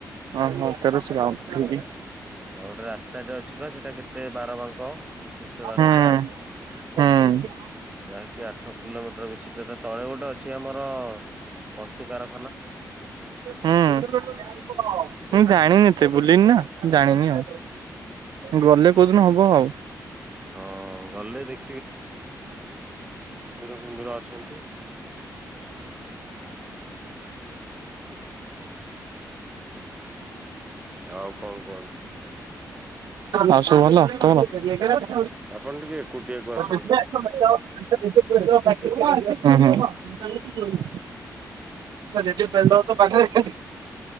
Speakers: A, on the right (about 85°); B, on the right (about 15°).
A: ହଁ ହଁ ତେରଶହବାଉନଠୁ ବି
B: ଆଉ ଗୋଟେ ରାସ୍ତାଟେ ଅଛି ବା ସେଇଟା କେତେ ବାର ବାଙ୍କ। ବିଶିଷ୍ଟ ରାସ୍ତା
A: ହୁଁ ହୁଁ ହୁଁ।
B: ଯାହାକି କି ଆଠ କିଲୋମିଟର ବେଶି ଯଥା ତଳେ ଗୋଟେ ଅଛି ଆମର ପଶୁ କାର
A: ହୁଁ ମୁଁ ଜାଣିନି। ଏତେ ବୁଲିନି ନା ଜାଣିନି ଆଉ ଗଲେ କୋଉଦିନ ହବ ଆଉ।
B: ହଁ ଗଲେ ଦେଖି
A: <inaudible> ଉମ୍ <inaudible> <inaudible> <inaudible>
B: ଫୁମ୍ଭୀର ଅଛନ୍ତି। ଆଉ କଣ କୁହନ୍ତୁ
A: ଆଉ ସବୁ ଭଲ <inaudible>
B: ଆପଣ ଟିକେ ଏକୁଟିଆକୁ ଆସୁ
A: <inaudible>
B: <inaudible>
A: <inaudible>